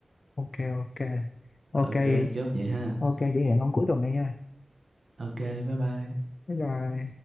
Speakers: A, on the left (about 70°); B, on the right (about 65°).
A: ok ok ok
B: ok chốt vậy ha
A: ok vậy hẹn ông cuối tuần này nha
B: ok bye bye
A: bye bye